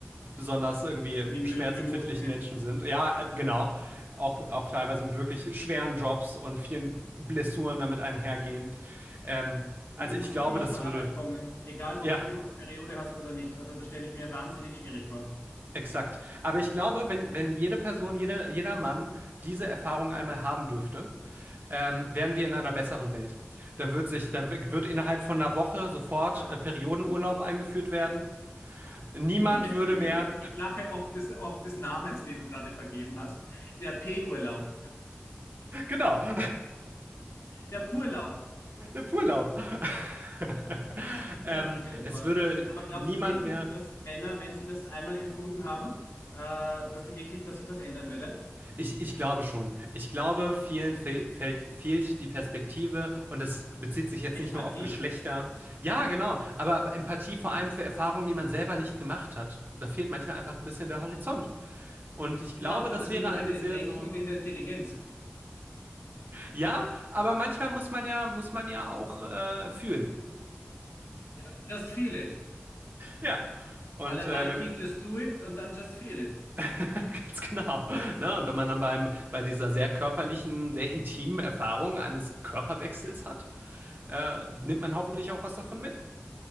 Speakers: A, on the right; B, on the left.
A: besonders irgendwie
B: Mimosen
A: schmerzempfindlichen
B: Mimosen sind.
A: Menschen sind. Ja, äh,
B: Mhm.
A: genau. Auch, auch teilweise mit wirklich schweren Jobs und vielen Blessuren damit einhergehend. Ähm, also
B: Und du musst
A: ich glaube,
B: immer
A: das
B: zur
A: würde.
B: Arbeit kommen, egal ob
A: Ja.
B: du Periode hast oder nicht. Also das stelle ich mir wahnsinnig schwierig vor.
A: Exakt. Aber ich glaube, wenn, wenn jede Person, jede, jeder Mann diese Erfahrung einmal haben dürfte, ähm, wären wir in einer besseren Welt. Dann wird sich, dann w- wird innerhalb von einer Woche sofort
B: Ah.
A: äh, Periodenurlaub eingeführt werden. Niemand
B: <laughs> Entschuldige,
A: würde mehr,
B: ich lache ob des, ob des Namens, den du gerade vergeben hast. Der P-Urlaub.
A: <laughs> genau, <laughs>
B: Der Purlaub.
A: der Urlaub. <laughs>
B: Ja,
A: Ähm,
B: das wäre
A: es
B: doch was.
A: würde
B: Aber glaubst
A: niemand
B: du wirklich,
A: mehr
B: dass Männer, wenn sie das einmal empfunden haben, äh, dass sie wirklich, dass sich was ändern würde?
A: Ich, ich glaube schon. Ich glaube, vielen fehl, fehlt, fehlt die Perspektive und das bezieht sich jetzt
B: Empathie.
A: nicht nur auf Geschlechter. Ja, genau, aber Empathie vor allem für Erfahrungen, die man selber nicht gemacht hat. Da fehlt manchmal einfach ein bisschen der Horizont. Und ich
B: Ja,
A: glaube,
B: aber
A: das
B: da sind
A: wäre
B: wir
A: eine
B: wieder
A: sehr
B: im Denken
A: so.
B: und in der Intelligenz.
A: Ja, aber manchmal muss man ja, muss man ja auch äh, fühlen.
B: Ja, Just feel it.
A: Ja. Und
B: À la
A: äh,
B: Nike,
A: wenn wir,
B: just do it und dann just feel it.
A: <laughs> ganz genau. Ne? Und wenn man dann beim, bei dieser sehr körperlichen, sehr intimen Erfahrung eines Körperwechsels hat, äh, nimmt man hoffentlich auch was davon mit.